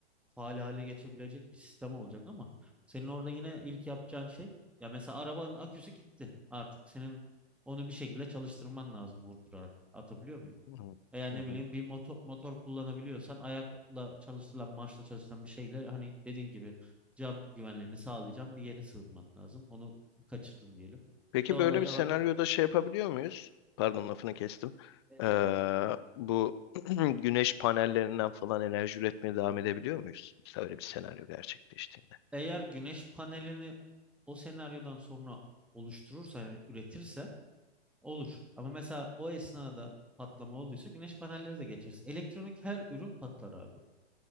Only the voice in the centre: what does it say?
faal hale geçebilecek bir sistem olacak ama senin orada yine ilk yapacağın şey ya mesela arabanın aküsü gitti. Artık senin onu bir şekilde çalıştırman lazım vurdurarak. Atabiliyor muyum?
Veya ne
bileyim bir motor, motor kullanabiliyorsan ayakla çalıştırılan, marşla çalıştırılan bir şeyle hani dediğin gibi can güvenliğini sağlayacağım bir yere sığınman lazım. Onu kaçırdın diyelim.
Bir De vallahi
yalan
olmaz.
Hesaplı.
Eğer güneş panelini o senaryodan sonra oluşturursa, yani üretirse Olur. Ama mesela o esnada patlama olduysa güneş panelleri de geçeriz. Elektronik her ürün patlar abi.